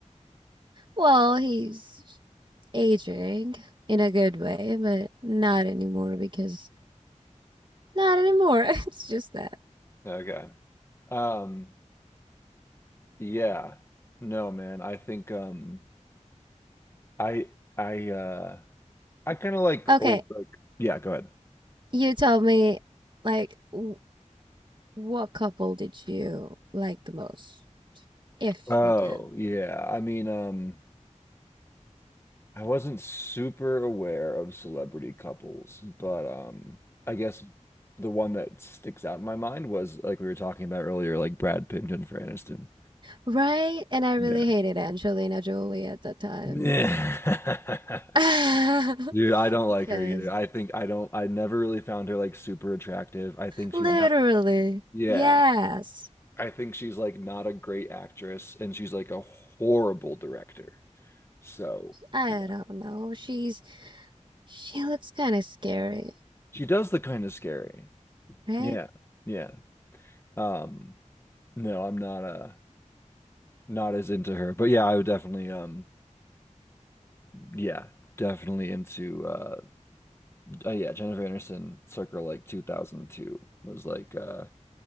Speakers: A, on the right; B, on the left.
A: Well, he's aging in a good way, but not anymore because not anymore. <laughs> It's just that.
B: Okay. Um, yeah. No, man. I think um I I uh I kind of like
A: Okay,
B: old like yeah, go ahead.
A: you tell me, like, w- what couple did you like the most? If
B: Oh,
A: you did.
B: yeah. I mean, um, I wasn't super aware of celebrity couples, but um, I guess the one that sticks out in my mind was like we were talking about earlier, like Brad Pitt and Jennifer Aniston.
A: Right? And I really
B: Yeah.
A: hated Angelina Jolie at that time.
B: Yeah. <laughs>
A: <laughs>
B: Dude, I don't like
A: Because
B: her either. I think I don't, I never really found her like super attractive. I think
A: literally,
B: she's not, yeah.
A: yes.
B: I think she's like not a great actress and she's like a horrible director. So,
A: I
B: yeah.
A: don't know. She's, she looks kind of scary,
B: She does look kind of scary.
A: right?
B: Yeah. Yeah. Um, no, I'm not uh not as into her. But yeah, I would definitely um yeah, definitely into uh oh yeah, Jennifer Anderson circa like 2002 was like uh